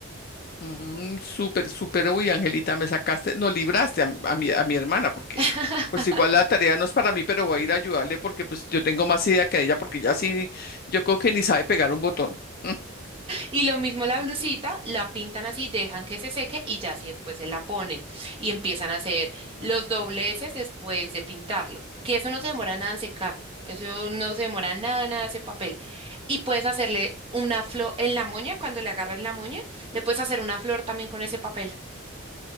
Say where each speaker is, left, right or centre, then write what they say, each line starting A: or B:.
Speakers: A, on the left; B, on the right.
A: Mm, súper, súper, uy, Angelita, me sacaste, no libraste a, a mi, a mi hermana, porque
B: <laughs>
A: pues igual la tarea no es para mí, pero voy a ir a ayudarle porque pues yo tengo más idea que ella, porque ya sí, yo creo que ni sabe pegar un botón. <laughs>
B: Y lo mismo la blusita, la pintan así, dejan que se seque y ya así después se la ponen y empiezan a hacer los dobleces después de pintarlo, que eso no se demora nada en secar, eso no se demora nada, nada ese papel. Y puedes hacerle una flor en la moña, cuando le agarran la moña, le puedes hacer una flor también con ese papel.